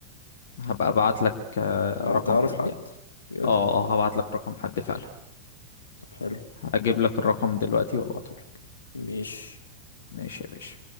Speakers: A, on the left; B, on the left.
A: هبقى ابعت لك آه،
B: ما
A: رقم
B: تعرف
A: حد
B: حد
A: يعني
B: بجد
A: اه اه هبعت لك رقم حد فعلا
B: طب حلو
A: هجيب لك الرقم دلوقتي وابعته لك
B: ماشي
A: ماشي يا باشا